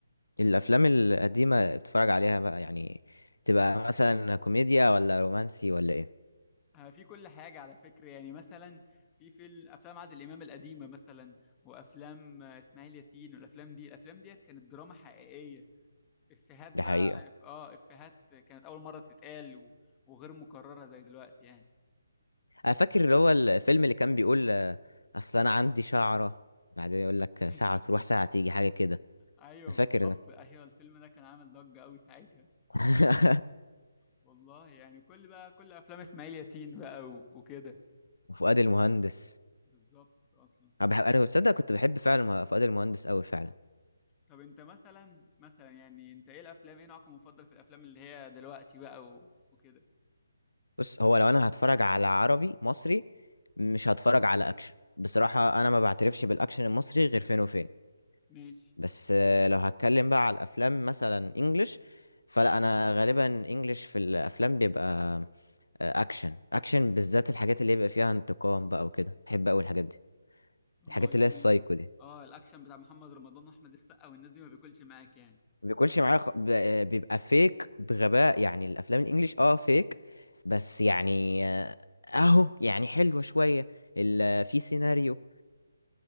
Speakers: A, on the left (about 80°); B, on the left (about 20°).
A: الافلام القديمه بتتفرج عليها بقى يعني تبقى مثلا كوميديا ولا رومانسي ولا ايه
B: آه، في كل حاجة على فكرة يعني مثلا في فيلم أفلام عادل إمام القديمة مثلا وأفلام آه، إسماعيل ياسين والأفلام دي الأفلام ديت كانت دراما حقيقية إفيهات
A: دي
B: بقى
A: حقيقه
B: إف- آه إفيهات كانت أول مرة تتقال و- وغير مكررة زي دلوقتي يعني
A: انا فاكر اللي هو الفيلم اللي كان بيقول آه، اصل انا عندي شعرة بعدين يقول لك ساعة
B: <laughs>
A: تروح ساعة تيجي حاجة كده
B: أيوه
A: انا
B: بالظبط
A: فاكر ده
B: أيوه الفيلم ده كان عامل ضجة أوي ساعتها
A: <laughs>
B: والله يعني كل بقى كل أفلام إسماعيل ياسين بقى و- وكده
A: وفؤاد المهندس
B: بالظبط أصلا
A: انا بحب انا تصدق كنت بحب فعلا مه- فؤاد المهندس قوي فعلا
B: طب أنت مثلا مثلا يعني أنت إيه الأفلام إيه نوعك المفضل في الأفلام اللي هي دلوقتي بقى و- وكده
A: بص هو لو انا هتفرج على عربي مصري مش هتفرج على اكشن بصراحة انا ما بعترفش بالاكشن المصري غير فين وفين
B: ماشي
A: بس آه، لو هتكلم بقى على الافلام مثلا انجلش فلا انا غالبا انجلش في الافلام بيبقى آه، اكشن اكشن بالذات الحاجات اللي يبقى فيها انتقام بقى وكده بحب قوي الحاجات دي
B: اه
A: الحاجات
B: يعني
A: اللي هي السايكو دي
B: اه الاكشن بتاع محمد رمضان واحمد السقا والناس دي ما بياكلش معاك يعني
A: ما بيكونش معايا خ... ب... آه، بيبقى فيك بغباء يعني الافلام الانجليش اه فيك بس يعني آه، اهو يعني حلوة شوية ال... في سيناريو